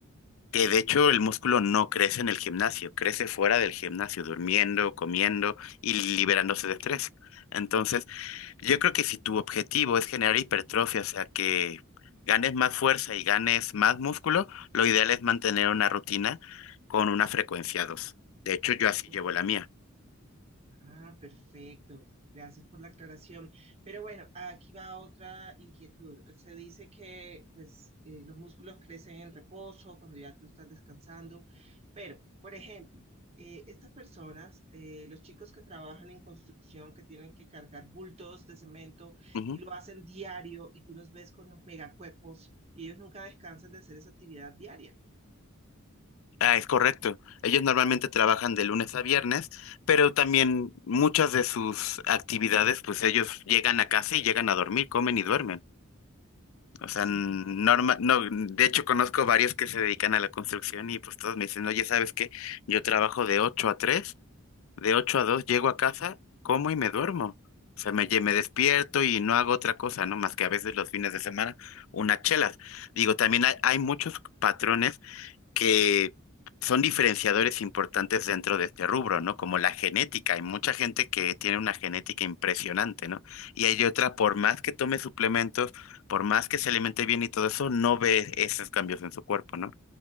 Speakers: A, on the left; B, on the right.
A: Que de hecho el músculo no crece en el gimnasio, crece fuera del gimnasio, durmiendo, comiendo y liberándose de estrés. Entonces, yo creo que si tu objetivo es generar hipertrofia, o sea, que ganes más fuerza y ganes más músculo, lo ideal es mantener una rutina con una frecuencia dos De hecho, yo así
B: Oh,
A: llevo la mía.
B: Ah, perfecto. Gracias por la aclaración. Pero bueno, aquí va otra inquietud. Se dice que pues, eh, los músculos crecen en reposo cuando ya tú estás descansando, pero, por ejemplo, eh, estas personas, eh, los chicos que trabajan en construcción, que tienen que cargar bultos de cemento
A: Ujú.
B: y lo hacen diario y tú los ves con los megacuerpos y ellos nunca descansan de hacer esa actividad diaria.
A: Ah, es correcto. Ellos normalmente trabajan de lunes a viernes, pero también muchas de sus actividades, pues ellos llegan a casa y llegan a dormir, comen y duermen. O sea,
B: Sí,
A: norma,
B: es cierto.
A: no, de hecho conozco varios que se dedican a la construcción y pues todos me dicen, oye, ¿sabes qué? Yo trabajo de 8 a tres de 8 a 2 llego a casa, como y me duermo. O sea, me, lle- me despierto y no hago otra cosa, ¿no? Más que a veces los fines de semana, unas chelas. Digo, también hay, hay muchos patrones que son diferenciadores importantes dentro de este rubro, ¿no? Como la genética. Hay mucha gente que tiene una genética impresionante, ¿no? Y hay otra, por más que tome suplementos, por más que se alimente bien y todo eso, no ve esos cambios en su cuerpo, ¿no?